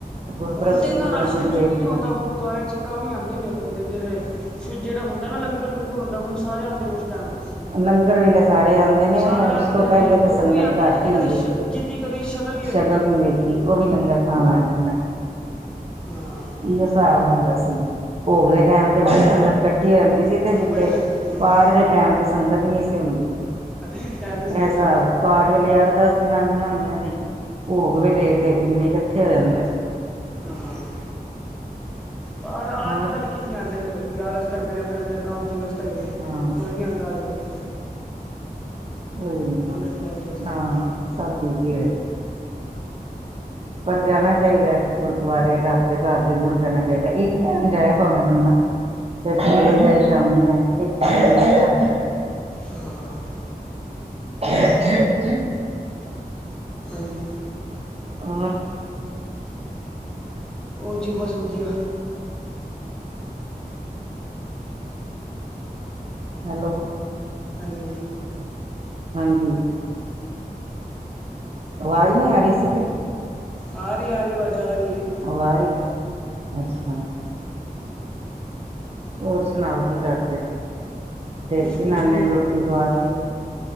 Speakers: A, on the right; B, in the centre.
A: ਗੁਰਪੁਰਬ
B: ਹੁਣ
A: ਸੀ
B: ਤੇ ਇਨਾ
A: ਗੁਰੂ
B: ਰਸ਼
A: ਅਰਜਨ
B: ਰੁਸ਼
A: ਦੇਵ
B: ਵੀ ਨੀ
A: ਜੀ
B: ਹੁੰਦਾ
A: ਦਾ
B: ਗੁਰਦੁਆਰੇ ਚਕਾਂ ਵੀ ਆਉਂਦੇ ਨੇ ਬੰਦੇ ਜਿਹੜੇ ਜਿਹੜਾ ਹੁੰਦਾ ਨਾ ਲੰਗਰ ਲੂੰਗਰ ਹੁੰਦਾ ਹੁਣ ਸਾਰੇ ਆਉਂਦੇ ਨੇ ਉਸ ਟਾਈਮ
A: ਲੰਗਰ ਵੇਲੇ ਸਾਰੇ ਆਉਂਦੇ ਨੇ
B: ਸਾਰੇ
A: ਉਸ
B: ਆਂਦੇ
A: ਤੋਂ ਪਹਿਲੇ
B: ਨੇ
A: ਤੇ ਸੰਗਤ
B: ਉਹ ਵੀ ਆਂਦਾ
A: ਘੱਟ
B: ਜਿਹਦੀ
A: ਹੀ
B: ਕਦੇ
A: ਹੁੰਦੀ ਆ
B: ਜਿਹਦੀ ਕਦੀ ਵੇਖੀ।
A: ਸ਼ਕਲ ਨੀ ਵੇਖੀ ਉਹ ਵੀ ਲੰਗਰ ਖਾਣਾ ਆ ਜਾਂਦਾ
B: ਹਾਂ-ਹਾਂ
A: ਇਹੋ ਹਿਸਾਬ ਹੁੰਦਾ ਸੀ। ਭੋਗ ਦੇ ਟੈਮ ਤੇ ਬੜੀ ਸੰਗਤ ਇਕੱਠੀ ਹੋ ਜਾਂਦੀ ਸੀ ਤੇ ਜਿਥੇ
B: ਬੜੇ ਇਕੱਠੇ ਹੁੰਦੇ
A: ਪਾਠ
B: ਨੇ।
A: ਦੇ ਟੈਮ ਸੰਗਤ ਨਹੀਂ ਸੀ ਹੁੰਦੀ।
B: ਇਹ ਤਾਂ ਸਹੀ
A: ਇਹਸ
B: ਗੱਲ ਏ
A: ਪਾਠ ਵੇਲੇ ਅੱਠ ਦਸ ਜਨਾਨੀਆਂ ਹੁੰਦੀਆਂ ਸੀ। ਭੋਗ ਵੇਲੇ ਤੇ ਕਿੰਨੇ ਇਕੱਠੇ ਹੋ ਜਾਂਦੇ ਸੀ।
B: ਹਾਂ ਪਾਠ ਅੱਜ
A: ਹੋਰ
B: ਕੱਲ੍ਹ ਕਿੱਥੇ ਆਉਂਦੇ ਨੇ ਲੋਕ ਕੀ ਹਾਲ ਅਲਸ ਕਰਦੇ ਨੇ ਆਪਣੇ ਕੰਮ 'ਚ ਵੀਅਸਤ ਹੈਗੇ ਨੇ
A: ਹਾਂ
B: ਕੋਈ ਨਹੀਂ ਆਂਦਾ ਅੱਜ ਕੱਲ
A: ਉਹੀ ਨੀ
B: ਕੰਮਾਂ 'ਚ ਵਿਅਸਤ
A: ਹਾਂ
B: ਹੈਗੇ ਨੇ
A: ਸਭ ਬੀਜੀ ਹੋਏ ਨੇ। ਹ ਪਰ ਜਾਣਾ ਚਾਹੀਦਾ ਗੁਰਦੁਆਰੇ ਰਬ ਦੇ ਘਰ ਜ਼ਰੂਰ ਜਾਣਾ ਚਾਹੀਦਾ ਇੱਕ ਟਾਈਮ ਜਾਇ ਭਾਵੇਂ ਬੰਦਾ ਤੇ ਸਵੇਰੇ ਜਾਏ ਸ਼ਾਮੀ ਜਾਏ ਇਕ ਟਾਈਮ ਜਰੂਰ ਜਾਣਾ ਚਾਹੀਦਾ।
B: ਹਾਂ
A: <inaudible>
B: ਹਾਂਜੀ।
A: ਔਰ
B: ਔਰ ਜੀ ਬਸ ਵਧੀਆ
A: ਹੈਲੋ
B: ਹੈਲੋ
A: ਹਾਂਜੀ ਆਵਾਜ ਨਹੀ ਆ ਰਹੀ ਸੀ ਤੇ
B: ਆ ਰਹੀ ਆ ਰਹੀ ਵਜਾ ਆ ਰਹੀ ਏ।
A: ਉਹ ਆ ਰਹੀ ਹੈ? ਅੱਛਾ ਹੋਰ ਸੁਣਾਓ ਕੀ ਕਰਦੇ ਫ ਦੇਤੀ
B: ਬਸ ਕੁਛ
A: ਨਾਨੇ
B: ਨਹੀਂ
A: ਨੇ ਰੋਟੀ
B: ਬੈਠੇ ਹੋਏ
A: ਖਵਾਤੀ।
B: ਸੀ